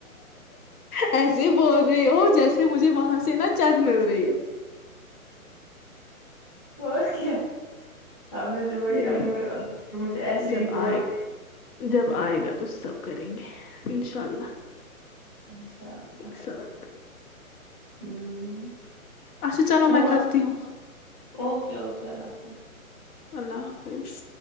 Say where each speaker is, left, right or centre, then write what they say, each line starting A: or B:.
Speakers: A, on the left; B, on the left.
A: ایسے بول رہے ہو جیسے مجھے وہاں سے نا چک مل رہی ہے
B: اور کیا آپ نے جو بھائی
A: ارے
B: آپ
A: نہیں
B: نے مجھے مجھے ایسے
A: جب
B: ہی بولا
A: آئے گا جب آئے گا تو سب کریں گے انشاء اللہ
B: انشاء اللہ
A: ایک ساتھ
B: ہوں
A: اچھا چلو میں
B: وہ
A: کرتی ہوں
B: اوکے اوکے اللہ حافظ
A: اللہ حافظ